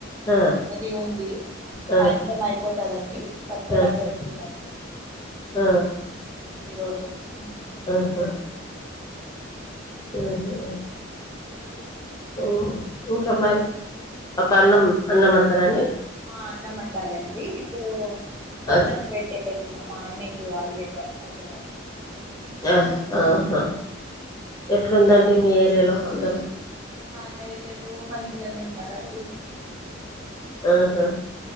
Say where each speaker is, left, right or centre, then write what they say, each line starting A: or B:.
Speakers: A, on the left; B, on the right.
A: ఆ
B: అది ఉంది
A: ఆ
B: సాయంత్రం అయిపోతదండి పచ్చడాతోటితినచు
A: అచ్చా ఆ
B: ఈరోజు ఉ
A: ఆహా ఊహు
B: అదే
A: ఈ ఇంకా మరి ఆకన్నం అన్నం వండుతరండి
B: ఆ అన్నం వండాలే అండి ఇప్పుడు కొంచెమే
A: అచ్చ
B: పెట్టేసినా మాయనికు అయే అయ్య రా
A: ఆ ఆహా ఎట్లుందంటి మీ ఏరియాలో అందరూ
B: మా ఏరియాలో మంచిగానే ఉనరండి
A: ఆహా